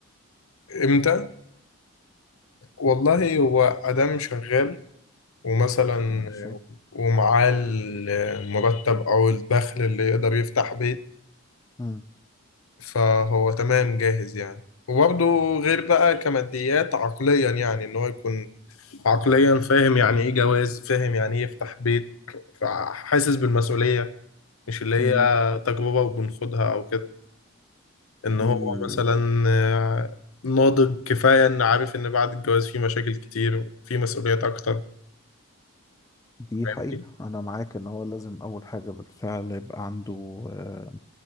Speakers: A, on the left; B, on the left.
A: امتى والله هو ادم شغال ومثلا
B: ماشي
A: ومعاه المرتب او الدخل اللي يقدر يفتح بيت
B: مم.
A: فهو تمام جاهز يعني وبرضه غير بقى كماديات عقليا يعني ان هو يكون عقليا فاهم يعني ايه جواز فاهم يعني ايه يفتح بيت حاسس بالمسؤولية مش اللي هي
B: مم.
A: تجربة وبنخدها او كده ان
B: دي
A: هو مثلا آه، ناضج كفاية ان عارف ان بعد الجواز في مشاكل كتير وفي مسؤوليات اكتر
B: دي
A: فاهمني؟
B: حقيقة أنا معاك إن هو لازم أول حاجة بالفعل يبقى عنده آه،